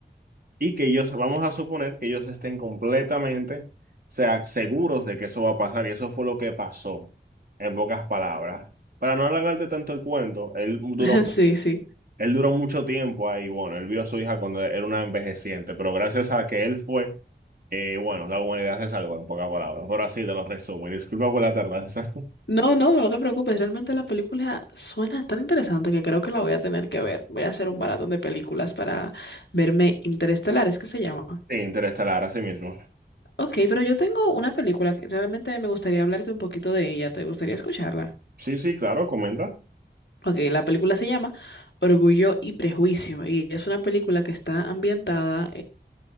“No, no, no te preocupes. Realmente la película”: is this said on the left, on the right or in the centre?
Left